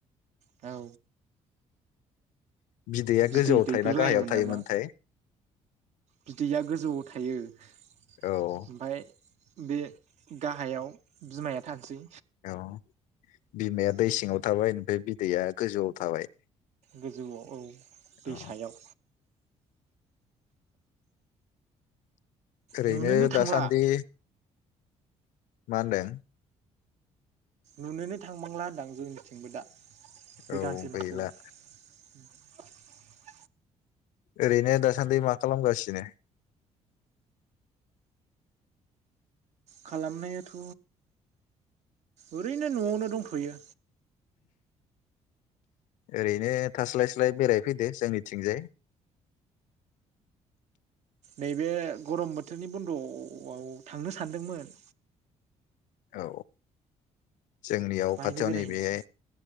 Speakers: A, on the right; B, on the left.
A: औ
B: बिदैया
A: बिदै
B: गोजौआव
A: दैग्रोलायोमोन
B: थायोना गाहायाव थायोमोनथाय
A: नामा बिदैया गोजौआव थायो। ओमफ्राय
B: औ
A: बे गाहायाव बिमाया थानोसै,
B: औ बिमाया दै
A: उम
B: सिङाव थाबाय, ओमफ्राय <unintelligible> गोजौआव थाबाय।
A: गोजौआव औ दैसायाव
B: औ ओरैनो
A: नुनोनो थांला
B: दासान्दि, मा होनदों?
A: नुनोनो थांबांला होनदां जोंनिथिंबो दा बे
B: औ
A: गांजेमाखौबो
B: गैला
A: <unintelligible>
B: ओरैनो दासान्दि मा खालामगासिनो
A: खालामनायाथ' ओरैनो न'आवनो दंथ'यो
B: ओरैनो थास्लाय स्लाय बेरायफैदो जोंनिथिंजाय
A: नैबे गरम बोथोरनि बन्द'आव आं थांनो सानदोंमोन
B: औ जोंनियाव
A: बाहायनो
B: खाथियाव
A: बेरायहैनोसै
B: नैबे